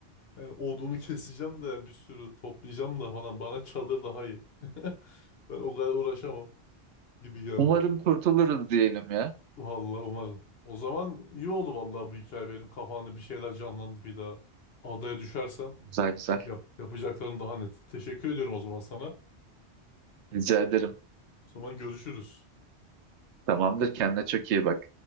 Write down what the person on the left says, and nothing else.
Yani odunu keseceğim de bir sürü toplayacağım da falan bana çadır daha iyi. <laughs> Ben o kadar uğraşamam gibi geldi
bana.
Vallahi umarım. O zaman iyi oldu vallahi bu hikaye benim kafamda bir şeyler canlandı bir daha. Adaya düşersem
yap, yapacaklarım daha net. Teşekkür ediyorum o zaman sana. O
zaman görüşürüz.